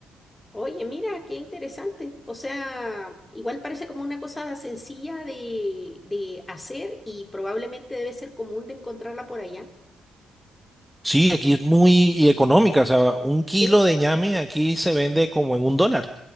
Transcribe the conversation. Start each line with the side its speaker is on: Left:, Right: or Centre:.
Left: Oye, mira, qué interesante. O sea, igual parece como una cosa sencilla de, de hacer y probablemente debe ser común de encontrarla por allá.
Centre: Sí, aquí es muy y económica, o sea, un kilo
Left: Eh,
Centre: de ñame aquí se vende como en un dólar.